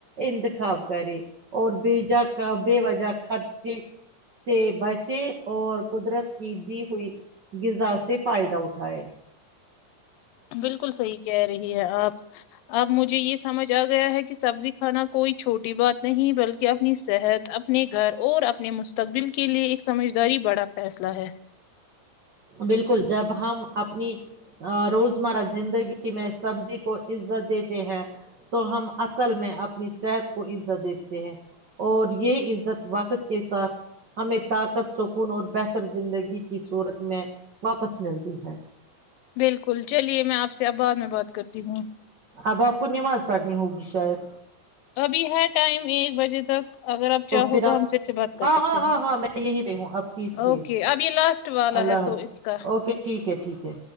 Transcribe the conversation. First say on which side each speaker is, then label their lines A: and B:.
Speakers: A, on the right (about 45°); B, on the left (about 90°).
A: انتخاب کرے اور بےجا بے وجہ خچ سے بچے اور قدرت کی دی ہوئی غذا سے فائدہ اٹھائے
B: بالکل صحیح کہہ رہی ہے آپ آپ مجھے یہ سمجھ گیا ہے کہ سبزی کھانا کوئی چھوٹی بات نہیں بلکہ اپنی صحت اپنے گھر اور اپنے مسل تقبل کے لیے ایک سمجھداری بڑا فیصلہ ہے
A: بالکل جب ہم اپنی روزمرہ زندگی میں سبزی کو عزت دیتے ہیں تو ہم اصل اصل میں اپنی صحت کو عزت دیتے ہیں اور یہ عزت وقت کے ساتھ ہمیں طاقت سکون اور بہتر زندگی کی صورت میں واپس ملتی ہے
B: بالکل چلیے میں آپ سے اب بعد میں بات کرتی ہوں
A: اب آپ کو نماز پڑھنی ہوگی شاید
B: ابھی ہے ٹائم ایک بجے تک اگر آپ چاہو
A: پھر
B: تو
A: آپ
B: ہم سے بات کر
A: ہاں
B: سکتے
A: ہاں ہاں
B: ہیں
A: ہاں میں یہی پہ ہوں آپ کیجیے
B: اوکے اب یہ لاسٹ والا
A: اللہ
B: ہے تو
A: حافظ
B: اس کا
A: اوکے ٹھیک ہے ٹھیک ہے